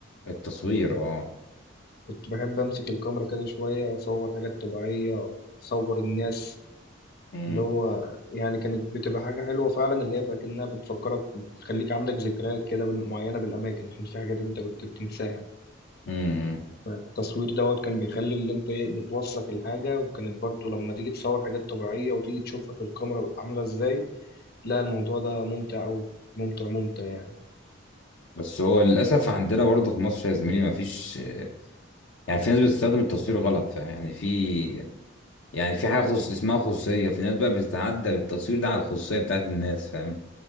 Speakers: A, on the left; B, on the left.
A: التصوير اه
B: كنت بحب أمسك الكاميرا كده شوية أصور حاجات طبيعية أو أصور الناس
A: امم،
B: اللي هو يعني كانت بتبقى حاجة حلوة فعلا اللي هي بقى كأنها بتفكرك بتخليك عندك ذكريات كده بال- معينة بالأماكن عشان في حاجات أنت كنت بتنساها
A: امم.
B: التصوير دوت كان بيخلي اللي انت ايه بتوثق الحاجة وكانت برضو لما تيجي تصور حاجات طبيعية وتيجي تشوفها في الكاميرا عاملة ازاي لا الموضوع ده ممتع أوي ممتع ممتع يعني
A: بس هو للاسف عندنا برضه في مصر يا زميلي ما فيش يعني في ناس بتستخدم التصوير غلط فيعني في يعني في حاجة خص... اسمها خصوصية في ناس بقى بتتعدى بالتصوير ده على الخصوصية بتاعت الناس فاهم